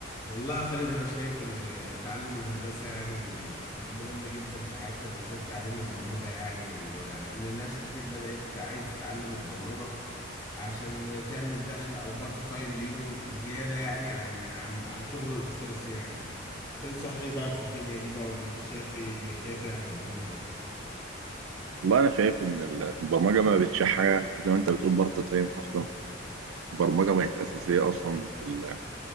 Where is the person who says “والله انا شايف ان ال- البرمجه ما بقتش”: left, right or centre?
Right